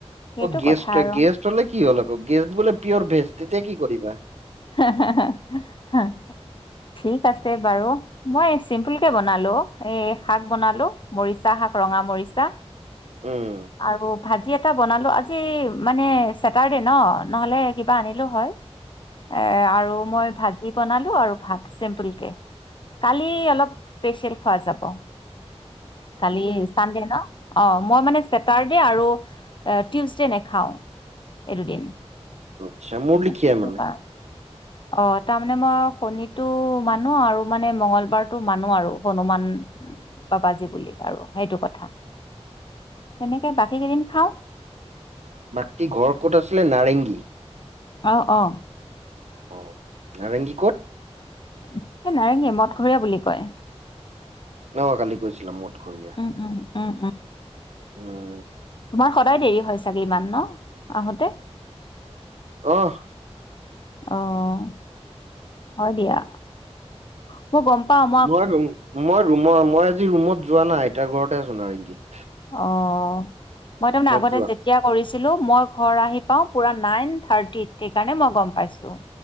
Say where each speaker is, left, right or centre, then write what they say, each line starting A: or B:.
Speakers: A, on the left; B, on the right.
A: সেইটো
B: অ গেষ্ট
A: কথা
B: হয়
A: আৰু
B: গেষ্ট হলে কি হল আকৌ গেষ্ট বোলে পিঅ'ৰ ভেজ তেতিয়া কি কৰিবা?
A: হাঁ হাঁ হাঁ ঠিক আছে বাৰু। মই এই চিম্পুল কে বনালো এ শাক বনালো মৰিচা শাক ৰঙা মৰিচা।
B: উম
A: আৰু ভাজি এটা বনালো আজি মানে ছেটাৰডে ন নহ'লে কিবা আনিলো হয়। এ আৰু মই ভাজি- বনালো আৰু ভাত চিম্পুল কে, কালি অলপ স্পেচিয়েল খোৱা যাব। কালি চানডে ন, অঁ মই মানে- ছেটাৰডে আৰু টিউচডে নেখাওঁ, এই দুদিন।
B: আচ্ছা মোৰ লিখিয়াই
A: অ' সেনকা।
B: মানে।
A: অঁ' তাৰমানে মই শনিটো মানো আৰু মানে মংগলবাৰটো মানো আৰু হনুমান- বাবাজি বুলি আৰু সেইটো কথা। তেনেকে বাকী কেইদিন খাওঁ।
B: বাকী ঘৰ ক'ত আছিলে? নাৰেংগী।
A: অঁ অঁ।
B: অ' নাৰেংগীৰ কত?
A: এ নাৰেঙগী মদঘৰীয়া বুলি কয়।
B: অঁ কালি গৈছিলো মদ ঘৰীয়া।
A: উম' উম' উম' উম'
B: উম'
A: তোমাৰ সদায় দেৰি হয় চাগে ইমান ন, আহোঁতে।
B: অঁহ'
A: অঁঅ' সদিয়া। মই গম পাম।
B: মই ৰুম মই ৰুমৰ মই আজি ৰুমত যোৱা নাই আইতাৰ ঘৰতে আছো নাৰেংগীত।
A: অঁ মই তাৰমানে আগতে
B: যোৱা
A: যেত- তিয়া কৰিছিলোঁ মই ঘৰ আহি পাওঁ পুৰা নাইন থাৰ্টিত, সেইকাৰণে মই গম পাইছোঁ।